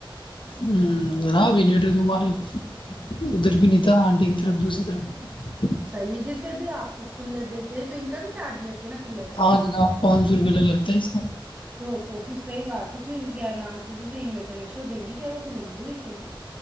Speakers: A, on the left; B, on the right.
A: ہوں <unintelligible> ار ہاں بھی نیٹ ت ماری <unintelligible> ادھر بھی نہیں تھا آنٹی کی طرف دوسری طرف <unintelligible>
B: صحیح جیسے بھی آپ کو کولر دیتے ہیں تو ان کا بھی چارج لیتے <unintelligible> نا کلے کا
A: ہاں
B: بھی
A: جناب پانچ سو روپئے الگ لگتا ہے اس کا
B: تو تو پھر صحیح بات <unintelligible> تو پھر کیا نام سے جیسے انوریٹر میں چوڑ دیں گے کیا وہ تو لیں گے بھ صحی ہے